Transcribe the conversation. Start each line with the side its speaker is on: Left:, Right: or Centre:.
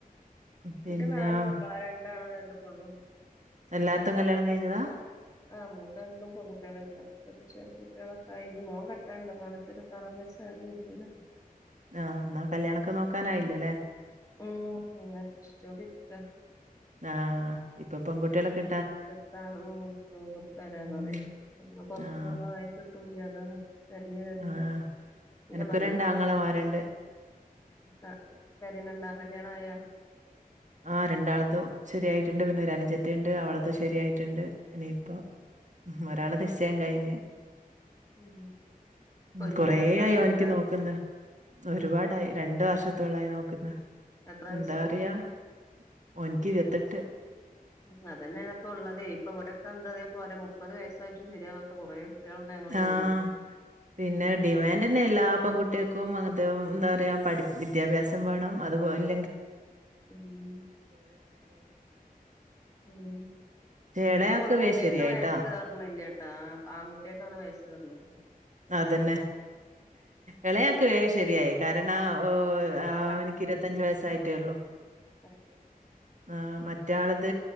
Right: പിന്നെ
Left: എന്നട്ട നാലും മക്കളാരാണ് എണ്ടാണോ രണ്ട പൊണ്ണും
Right: എല്ലായിർത്തും കല്യാണം കഴിഞ്ഞതാ
Left: ആ മുത്ത കണ്ടും പെൺകുട്ടികള പ്രത്ക കുട്ടികളൊക്കെ ക മോ കട്ടാണ്ട് മലപ്പത്താറ ആ ഇന്ന
Right: ആ എന്നാൽ കല്യാണൊക്കെ നോക്കാനായില്ലല്ലേ
Left: ഉം ജലിരുക്ക
Right: ആഹ് ഇപ്പൊ പെൺകുട്ടികളൊക്കെ
Left: കിട്ടാന വരാന്ന്റിയ
Right: ഉം
Left: പത്തന്നും
Right: ആഹ്
Left: ആയി കിട്ടൂല്ല തരഞ്ഞു തെഞ്ഞു
Right: ആഹ്
Left: പിന്നെ
Right: എനക്ക്
Left: പങ്കിട്ടുകാരോട
Right: രണ്ടാങ്ങളമാരുണ്ട്
Left: ആ കരുന്നുണ്ടാ ല്യാണയാ
Right: ആഹ് രണ്ടാളതും ശരിയായിട്ടുണ്ട് പിന്നെ ഒരു അനിജത്തിണ്ട് അവളതും ശരിയായിട്ടുണ്ട് ഇനിയിപ്പോ ഒരാളെ നിശ്ചയം കഴിഞ്ഞ്
Left: ഉം
Right: ഉ
Left: ഒരുമിച്ച്
Right: കൊറ
Left: നടത്താനാവൂലേ
Right: ആയോ എനിക്ക് നോക്കുന്ന ഒരുപാടായി രണ്ട വർഷത്തോളായി നോക്കുന്ന
Left: എത്ര വയസ്സായി
Right: എന്താ അറിയാ ഒനിക്ക് ഇരുത്തെട്ട്
Left: ഉം അതന്നെയാണപ്പൊ ഉള്ളതെ ഇപ്പ ഇവിടെയൊക്കെ എന്താ അതേപോലെ മുപ്പത് വയസ്സായിട്ടും ശരിയാവാത്ത കൊറേ കുട്ടികളുണ്ട് ഞങ്ങളെ
Right: ആഹ്
Left: ഏരില്
Right: പിന്നെ ഡിമാൻഡന്നെ എല്ലാ പെൺകുട്ട്യെക്കും അങ്ങനത്തെ എന്താ റയാ പഠി വിദ്യാഭ്യാസം വേണം അത് പോലെ
Left: ഉം ഉം
Right: ഇളയാക്ക്
Left: ഇപ്പൊ പെൺകുട്ടെയ്ക്ക്
Right: വേഗം ശരിയായിട്ടാ
Left: വയസ് ഏർണില്ലട്ടാ ആൺകുട്ടിയക്കാണ് വയസ് സേർന്നത്
Right: അതന്നെ ഇളയൊക്കെ വേഗം ശരിയായി കാരണ ഓ ആഹ്
Left: ഓൻ
Right: അവനിക്ക് ഇരുവത്തഞ്ച് വയസായിട്ടേള്ളൂ
Left: ഏഹ്
Right: ആഹ് മറ്റാളത്